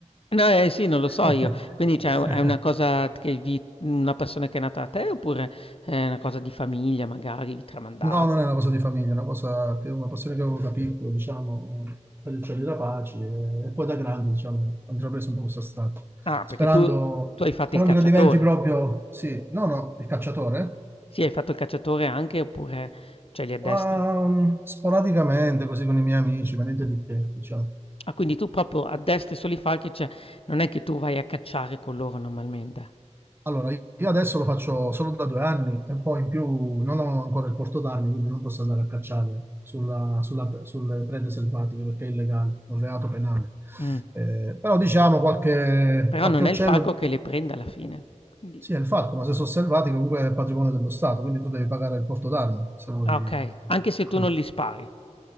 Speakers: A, on the left; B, on the right.
A: No, eh, sì, non lo so
B: <laughs>
A: io. Quindi cioè è una cosa che vi una persona che è nata da te oppure è una cosa di famiglia magari, vi tramandate?
B: No, non è una cosa di famiglia, è una cosa che una passione che avevo da piccolo, diciamo, per il cielo da pace e, e poi da grande, diciamo, ho intrapreso un po' questa strada.
A: Ah,
B: Sperando,
A: perché tu tu hai fatto
B: sperando
A: il cacciatore.
B: che diventi proprio, sì, no, no, il cacciatore,
A: Sì, hai fatto il cacciatore anche oppure cioè li addestri?
B: ma um, sporadicamente, così con i miei amici, ma niente di che, diciamo.
A: Ah, quindi tu proprio addestri solo i falchi, cioè non è che tu vai a cacciare con loro normalmente.
B: Allora, io adesso lo faccio solo da due anni e poi in più non ho ancora il porto d'armi, quindi non posso andare a cacciare sulla- sulla- sulle prede selvatiche perché è illegale, è un reato penale.
A: Mh.
B: Eh, però diciamo qualche,
A: Però
B: qualche
A: non
B: uccello,
A: è il falco che le prende alla fine. Quindi
B: sì, è il falco, ma se sono selvatiche comunque è patrimonio dello Stato, quindi tu devi pagare il porto d'armi se vuoi.
A: ah,
B: Mm.
A: okay. Anche se tu non li spari.